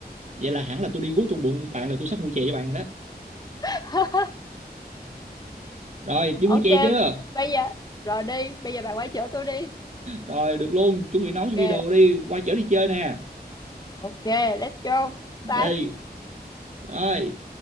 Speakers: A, on the right; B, on the left.
A: Vậy là hẳn là tôi đi guốc trong bụng bạn là tôi sắp mua chè cho bạn rồi đó
B: <laughs>
A: Rồi đi
B: ok
A: mua chè chưa
B: bây giờ rồi đi bây giờ bạn quay chở tôi đi
A: Rồi được luôn Chuẩn bị nấu
B: ok
A: cho bi đồ đi Qua chở đi chơi nè
B: Ok, let's go. Bye.
A: Đi Rồi